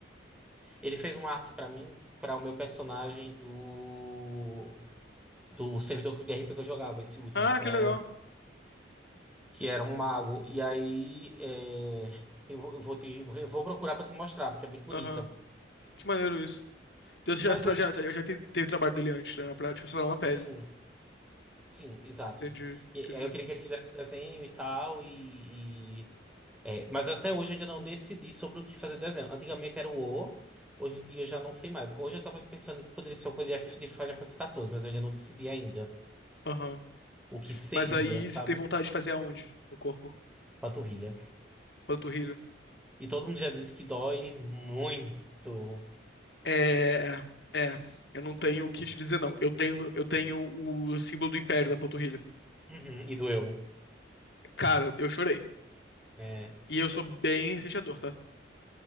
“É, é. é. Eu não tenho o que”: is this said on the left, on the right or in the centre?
Left